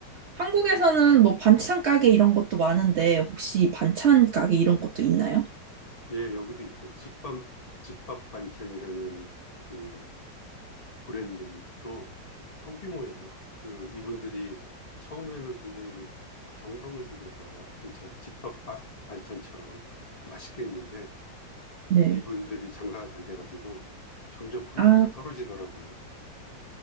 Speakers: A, on the right; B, on the left.
A: 한국에서는 뭐 반찬 가게 이런 것도 많은데 혹시 반찬 가게 이런 것도 있나요?
B: 예, 여기도 있어요. 집밥, 집밥 반찬이라는 그 브랜드로 소규모예요. 그 이분들이 처음에는 굉장히 정성을 들여서 진짜 집밥 바- 반찬처럼 맛있게 했는데
A: 네.
B: 이분들이 장사가 잘 돼가지고 점점 퀄리티가
A: 아,
B: 떨어지더라고요.